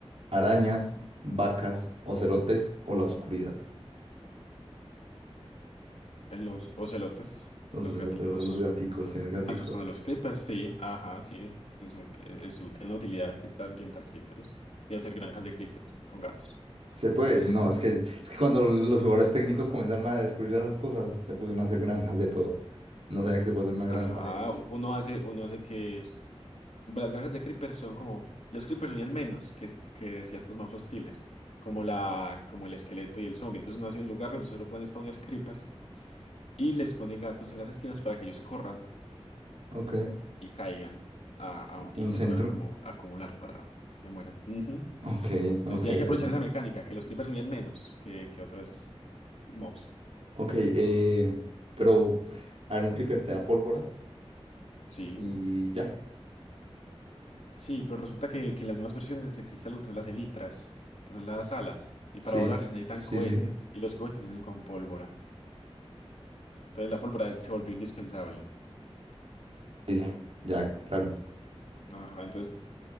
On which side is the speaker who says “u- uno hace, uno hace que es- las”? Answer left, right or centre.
Left